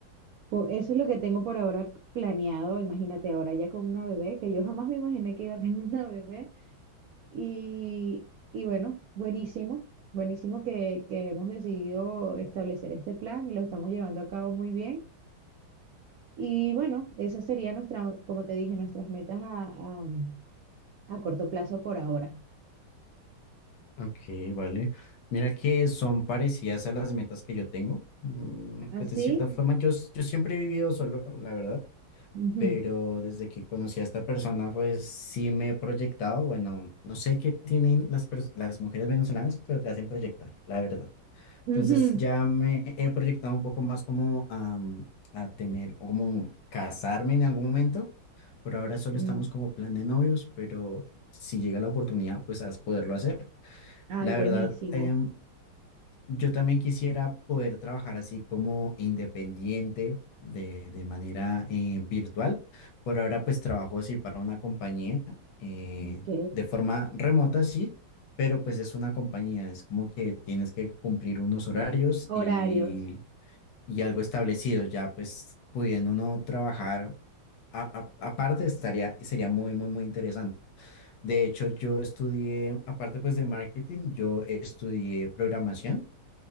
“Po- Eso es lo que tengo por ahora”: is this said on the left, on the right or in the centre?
Right